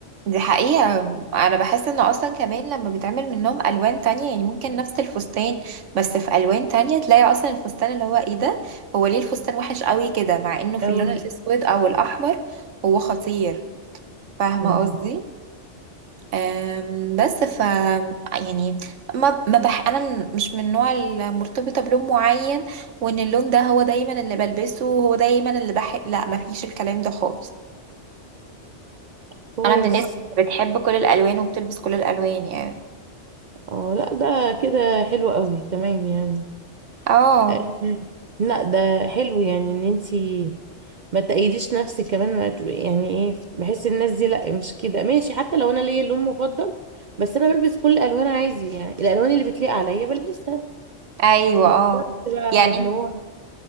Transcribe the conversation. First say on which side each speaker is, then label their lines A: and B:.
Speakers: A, on the right; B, on the right.
A: دي حقيقة أنا بحس إن أصلا كمان لما بيتعمل منهم ألوان تانية يعني ممكن نفس الفستان بس في ألوان تانية تلاقي أصلا الفستان اللي هو إيه ده هو ليه الفستان وحش قوي كده مع إنه في
B: اه
A: اللون الأسود أو الأحمر هو خطير فاهمة
B: مم.
A: قصدي؟ أم، بس ف يعني ما ما بح انا مش من النوع المرتبطه بلون معين وان اللون ده هو دايما اللي بلبسه وهو دايما اللي بحب لا ما فيش الكلام ده خالص
B: كويس
A: انا من الناس اللي بتحب كل الالوان وبتلبس كل الالوان يعني
B: اه لا ده كده حلو قوي تمام يعني
A: اه
B: آه، لا ده حلو يعني ان انتي ما تأيديش نفسك كمان ما ت- يعني ايه بحس الناس دي لا مش كده ماشي حتى لو انا ليا لون مفضل بس انا بلبس كل الالوان عادي يعني الالوان اللي بتليق عليا بلبسها
A: ايوه
B: مش
A: اه
B: شرط بقى
A: يعني
B: ان
A: انت-
B: هو